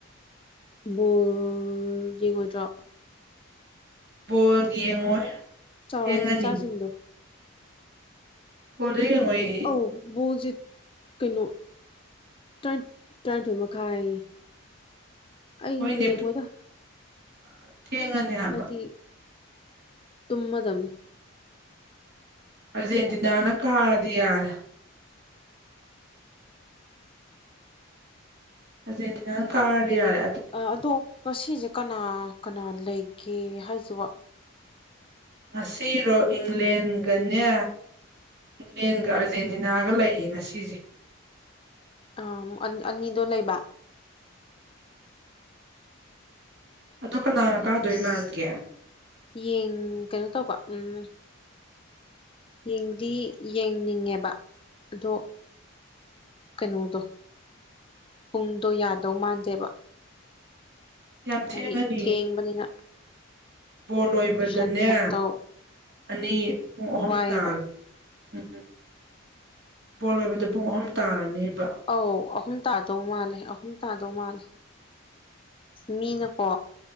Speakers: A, on the left; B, on the right.
A: ꯕꯣꯜ ꯌꯦꯡꯉꯣꯏꯗ꯭ꯔꯣ
B: ꯕꯣꯜ ꯌꯦꯡꯉꯣꯏ
A: ꯆꯥꯎꯔꯑꯦ
B: ꯊꯦꯡꯉꯅꯤ
A: ꯃꯆꯥꯁꯤꯡꯗꯣ
B: ꯐꯣꯟꯗ ꯌꯦꯡꯉꯣꯏꯌꯦ
A: ꯑꯧ ꯕꯣꯜꯁꯦ ꯀꯩꯅꯣ ꯇꯔꯥꯏꯟ ꯇꯔꯥꯅꯤꯊꯣꯏ ꯃꯈꯥꯏ ꯑꯩ
B: ꯍꯣꯏꯅꯦ
A: ꯌꯦꯡꯉꯣꯏꯗ
B: ꯄꯨ ꯑ ꯊꯦꯡꯉꯅꯤ ꯍꯥꯏꯕ
A: ꯍꯥꯏꯗꯤ ꯇꯨꯝꯃꯗꯕꯅꯤ
B: ꯑꯔꯖꯦꯟꯇꯤꯅꯥꯅ ꯀꯥꯔꯗꯤ ꯌꯥꯔꯦ ꯑꯔꯖꯦꯟꯇꯤꯅꯥꯅ ꯀꯥꯔꯌꯥꯦ
A: ꯑꯗꯣ ꯉꯁꯤꯁꯦ ꯀꯅꯥ ꯀꯅꯥ ꯂꯩꯒꯦ ꯍꯥꯏꯁꯤꯕ
B: ꯉꯁꯤꯔꯣ ꯏꯪꯂꯦꯟꯒꯅꯦ ꯏꯪꯂꯦꯟꯒ ꯑꯥꯔꯖꯦꯟꯇꯤꯅꯥꯒ ꯂꯩꯌꯦ ꯉꯁꯤꯁꯦ
A: ꯑꯧ ꯑ ꯑꯅꯤꯗꯣ ꯂꯩꯕ
B: ꯑꯗꯣ ꯀꯅꯥꯅ ꯀꯥꯗꯣꯏ
A: ꯑꯁ
B: ꯃꯥꯟꯒꯦ
A: ꯌꯦꯡ ꯀꯩꯅꯣ ꯇꯧꯕ ꯎꯝ ꯌꯦꯡꯗꯤ ꯌꯦꯡꯅꯤꯡꯉꯦꯕ ꯑꯗꯣ ꯀꯩꯅꯣꯗꯣ ꯄꯨꯡꯗꯣ ꯌꯥꯗꯧ ꯃꯥꯟꯗꯦꯕ
B: ꯌꯥꯝ ꯊꯦꯡꯉꯅꯤ
A: ꯍꯥꯏꯗꯤ ꯊꯦꯡꯕꯅꯤꯅ
B: ꯕꯣꯜ ꯂꯣꯏꯕꯗꯅꯦ
A: ꯇꯨꯏꯁꯟꯃꯨꯛꯇ
B: ꯑꯅꯤ ꯄꯨꯡ ꯑꯍꯨꯝ
A: ꯋꯥꯏꯑꯦꯕ
B: ꯇꯥꯔ ꯎꯝ ꯕꯣꯜ ꯂꯣꯏꯕꯗ ꯄꯨꯡ ꯑꯍꯨꯝ ꯇꯥꯔꯅꯦꯕ
A: ꯑꯧ ꯑꯍꯨꯝ ꯇꯥꯗꯧ ꯃꯥꯜꯂꯦ ꯑꯍꯨꯝ ꯇꯥꯗꯧ ꯃꯥꯜꯂꯦ ꯃꯤꯅꯀꯣ